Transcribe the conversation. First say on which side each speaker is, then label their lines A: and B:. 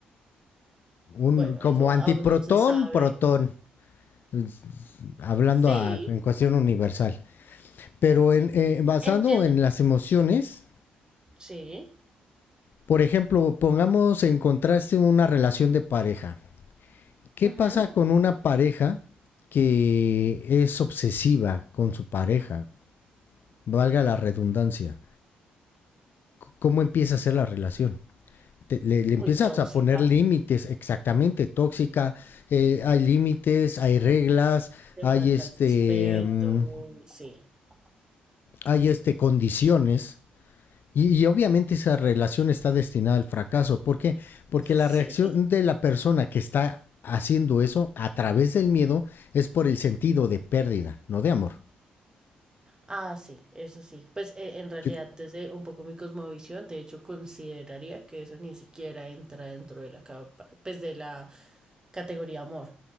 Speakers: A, on the left; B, on the right.
A: un,
B: Bueno,
A: como
B: eso
A: antiprotón,
B: aún no se sabe.
A: protón, es- hablando
B: Sí,
A: a- en cuestión universal. Pero en, eh, basado
B: entiendo.
A: en las emociones,
B: Sí.
A: por ejemplo, pongamos en contraste una relación de pareja. ¿Qué
B: ujú.
A: pasa con una pareja que es obsesiva con su pareja? Valga la redundancia. ¿cómo empieza a ser la relación? Te- le, le
B: Muy
A: empiezas
B: tóxica.
A: a poner límites, exactamente, tóxica, eh, hay límites, hay reglas,
B: Le
A: hay
B: falta
A: este,
B: el respeto.
A: mm,
B: Sí. <laughs>
A: hay este, condiciones. Y, y obviamente esa relación está destinada al fracaso. ¿Por qué? Porque
B: Sí.
A: la reacción de la persona que está haciendo eso a través del miedo es por el sentido de pérdida, no de amor.
B: Ah, sí, eso sí. Pues eh, en realidad,
A: Yo-
B: desde un poco mi cosmovisión, de hecho, consideraría que eso ni siquiera entra dentro de la capa- pues de la categoría amor.